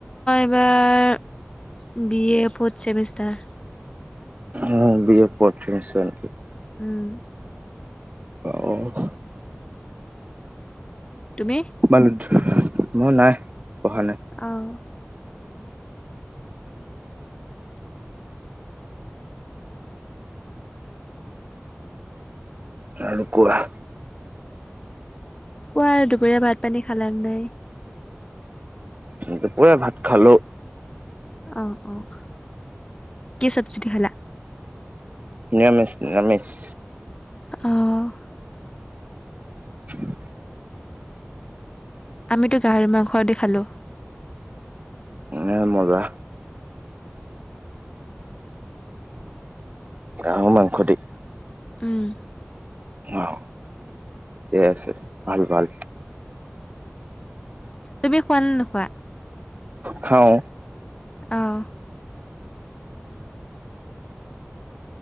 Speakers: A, on the left; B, on the right.
A: এবাৰ বি এ ফথ চেমিষ্টাৰ।
B: উ বি এ ফৰ্ড চেমিষ্টাৰ।
A: উম'।
B: অহ।
A: তুমি
B: মান মোৰ নাই। পঢ়া নাই
A: অ'।
B: আৰু কোৱা।
A: কোৱা দুপৰীয়া ভাত পানী খালাক নাই।
B: দুপৰীয়া ভাত খালো।
A: অ', -অ' কি চবজি দি খালা।
B: নিৰামিষ, নিৰামিষ।
A: অ'।
B: <inaudible>
A: আমিতো গাহৰি মাংস দি খালো।
B: উ মজা। হাঁহৰ মাংসদি।
A: উম,
B: অ' ঠিকে আছে ভাল-ভাল।
A: তুমি খোৱা নে নোখোৱা।
B: খাও।
A: অ'।